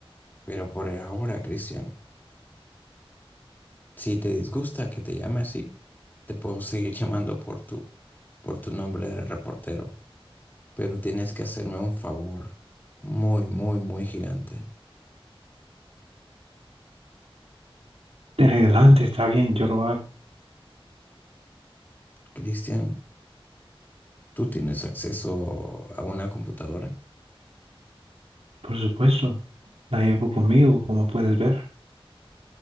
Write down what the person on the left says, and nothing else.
Pero por ahora, Cristian, si te disgusta que te llame así, te puedo seguir llamando por tu, por tu nombre de reportero, pero tienes que hacerme un favor muy, muy, muy gigante.
Cristian, ¿tú tienes acceso a una computadora?